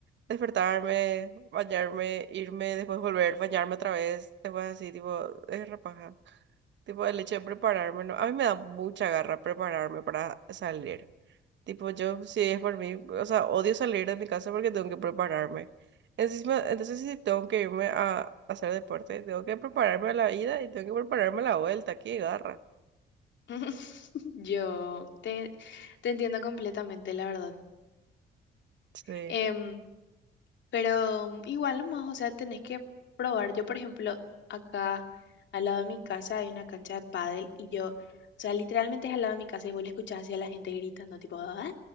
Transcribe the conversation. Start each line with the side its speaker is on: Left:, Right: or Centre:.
Right: despertarme, bañarme, irme, después volver, bañarme otra vez, después así, tipo, es repaja. Tipo, el hecho de prepararme, no, a mí me da mucha garra prepararme para salir. Tipo, yo, si es por mí, o sea, odio salir de mi casa porque tengo que prepararme. Encima, entonces, si tengo que irme a hacer deporte, tengo que prepararme a la ida y tengo que prepararme a la vuelta. ¡Qué garra!
Left: <laughs> Yo te, te entiendo completamente, la verdad.
Right: Sí.
Left: Em, pero igual nomás, o sea, tenés que probar. Yo, por ejemplo, acá al lado de mi casa hay una cancha de pádel y yo, o sea, literalmente es al lado de mi casa y vos le escuchás así a la gente gritando, tipo, ¡Ah!